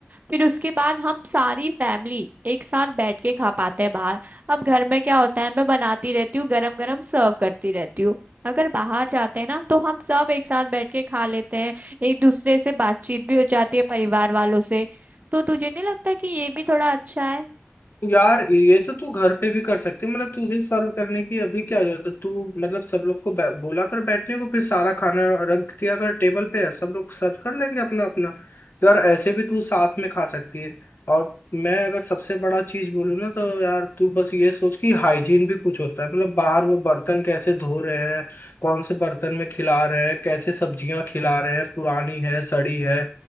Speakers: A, on the right; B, on the left.
A: फिर उसके बाद हम सारी फैमिली एक साथ बैठ के खा पाते हैं बाहर अब घर में क्या होता है मैं बनाती रहती हूँ गरम गरम सर्व करती रहती हूँ अगर बाहर जाते हैं ना तो हम सब एक साथ बैठ के खा लेते हैं एक दूसरे से बातचीत भी हो जाती है परिवार वालों से तो तुझे नहीं लगता कि ये भी थोड़ा अच्छा है
B: यार ये तो तू घर पे भी कर सकती है। मतलब तुझे सर्व करने की अभी क्या जरूरत है तू मतलब सब लोग को बै- बोला कर बैठने को फिर सारा खाना रख दिया कर टेबल पे सब लोग सर्व कर लेंगे अपना अपना तो यार ऐसे भी तू साथ में खा सकती है और मैं अगर सबसे बड़ा चीज बोलूँ ना तो यार तू बस ये सोच कि हाइजीन भी कुछ होता है मतलब बाहर वो बर्तन कैसे धो रहे हैं कौन से बर्तन में खिला रहे हैं कैसे सब्जियां खिला रहे हैं पुरानी है सड़ी है